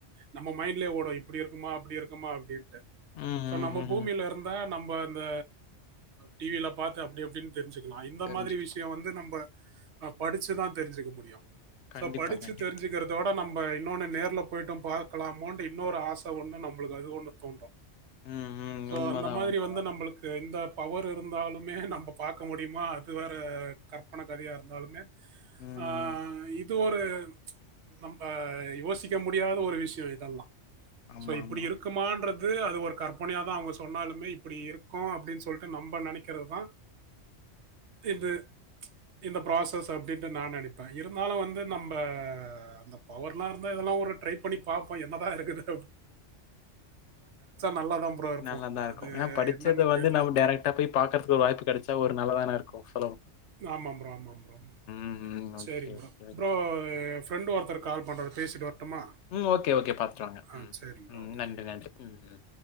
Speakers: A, on the right; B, on the left.
A: நம்ம மைண்ட்லயே ஓடு இப்டி இருக்குமா அப்டி இருக்குமா அப்டின் ட்டு
B: ம்,
A: சோ நம்ம
B: ம்,
A: பூமியில
B: ம்.
A: இருந்தா நம் இப்ப அந்த டி வி ல பாத்து அப்டி அப்டின் தெரிஞ்சுக்லா இந்த
B: தெரிஞ்சுக்கலாம்.
A: மாதிரி விஷய வந்து நம்ப ஆ படிச்சுதா தெரிஞ்சுக்க முடியு
B: கண்டிப்பா,
A: சோ படிச்சு
B: கண்டிப்பா.
A: தெரிஞ்சுக்கிறதோட நம் நம்ம இன்னொன்னு நேர்ல போய்ட்டோ பாத் க்கலாமோன்ட் இன்னொரு ஆச ஒண்ணு நம்ளுக்கு அது ஒண்ணு தோன்று
B: ம், ம்.
A: சோ
B: உண்மதான்,
A: அந்த மாதிரி
B: உண்மதான்.
A: வந்து நம்புளுக்கு இந்தப் பவர் இருந்தாலுமே நம்ம பாக்க முடியுமா அது வேற கற்பன கதையா இருந்தாலுமே
B: ம்.
A: ஆ இப் இது ஒரு நம்ப யோசிக்க முடியாத ஒரு விஷ் ஜுவேதல்லா
B: ஆமா,
A: சோ இப்டி
B: ஆமா.
A: இருக்கூமான்றத் து அது ஒரு கற்பனையாதா அவுங்க சொன்னாலுமே இப்பிடி இருக்கோ அப்டின் சொல்ட்டு நம்ப நெனைக்கிறதுதா இது ச்ச இந்த ப்ராசஸ் அப்டேட்ன் நா நெனைப்பா இருந்தாலு வந்து நம்ப அந்த பவர்னா வந்து இதெல்லா வந்த ஒரு ட்ரை பண்ணி பாப்போ என்னதா இருக்குதுன் நல்லா தான் ப்ரோ இருப்போம்
B: நல்லாதாருக்கூ
A: அது
B: ஏனா படிச்சத
A: என்னன்னு
B: வந்து
A: தெரில
B: நம் டேரெக்ட்டா போய் பாக்கற்துக் ஒரு வாய்ப்பு கெடச்சா ஒரு நல்லா தானே இருக் கு
A: ஆமாம் ப்ரோ ஆமாம் ப்ரோ
B: ம், ம். okay,
A: செரி bro
B: okay, okay.
A: bro எ ஃப்ரெண்ட்டு ஒருத்தர் கால் பன்றாரு பேசிட்டு வரட்டுமா
B: ம் ஓகே ஓகே பாத்துட்டு வாங்க
A: ஆ
B: ம்
A: சரிங்க ப்ரோ
B: ம்
A: ஓகே
B: நன்றி நன்றி ம் ம்